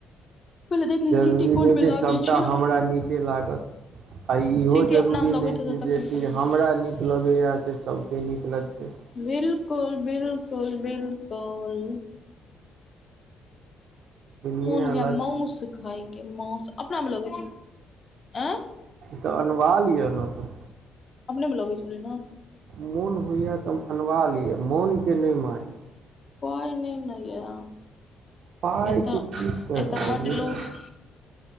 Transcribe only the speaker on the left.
पहिले देख ली
सीटी कोन
मे
लागै
छै
सीटी
अपना मे लगैत
हेतौ
तखन
करही
बिल्कुल बिल्कुल बिल्कुल
मोन होयया
माऊस खायके माऊस अपना मे लगै आँय
हमरे में लगै छलै ने।
पाई नै नऽ या
एतऽ
एतऽ बड
लोक